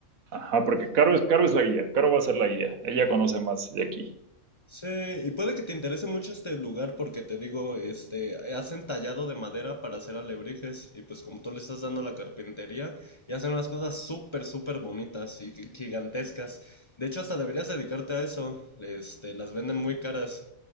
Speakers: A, on the right; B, on the left.
A: Ajá, porque Caro es, Caro es la guía, Caro va a ser la guía, ella conoce más de aquí.
B: Sí, y puede que te interese mucho este lugar porque te digo, este, hacen tallado de madera para hacer alebrijes y pues como tú le estás dando la carpintería y hacen unas cosas súper, súper bonitas y gi- gigantescas. De hecho, hasta deberías dedicarte a eso. Este, las venden muy caras.